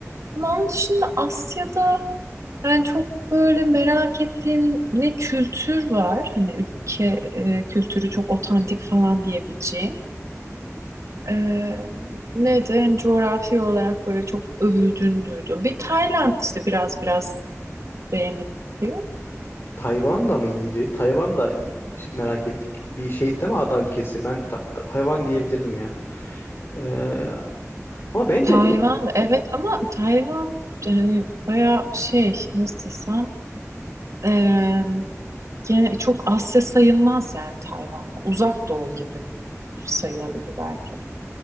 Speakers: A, on the right (about 65°); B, on the left (about 50°).
A: Ama onun dışında Asya'da ben çok böyle merak ettiğim ne kültür var. Hani ülke eee, kültürü çok otantik falan diyebileceğim. Ee, neydi? Hani coğrafi olarak böyle çok övüldüğünü duydum. Bir Tayland işte biraz biraz beğeniliyor.
B: Tayvan da mı iyiydi? Tayvan da iyi- merak ettik. Bir şeydi değil mi ada ülkesi? Ben Ta- Ta- Tayvan diyebilirdim ya. Ee, ama bence
A: Tayvan da evet ama Tayvan da hani bayağı şey nasıl desem ee, gene çok Asya sayılmaz yani Tayvan'da. Uzak Doğu gibi sayılabilir belki.